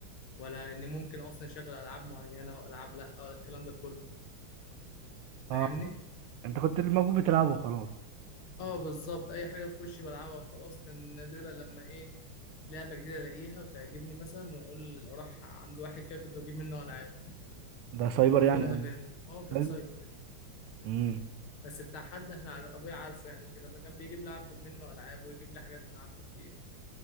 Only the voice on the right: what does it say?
اه انت كنت اللي موجود بتلعبه وخلاص
ده سايبر
يعني
سايبر
امم